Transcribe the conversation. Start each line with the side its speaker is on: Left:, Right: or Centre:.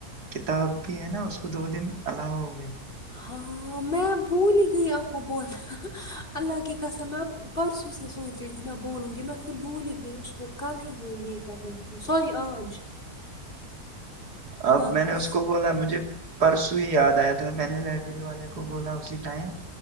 Right: کتاب بھی ہے نا اس کو دو دن الاؤ ہوئے
Left: ہاں میں بھول ہی گئی آپ کو بولنا اللہ کی قسم میں پرسوں سے سوچ رہی تھی میں بولوں گی میں فر بھول ہی گئی اس کو کل ہی وہ یہ کرنی تھی سوری آج
Right: اب
Left: واپس
Right: میں نے اس کو بولا مجھے پرسوں ہی یاد آیا تھا میں نے لائبریری والے کو بولا اسی ٹائم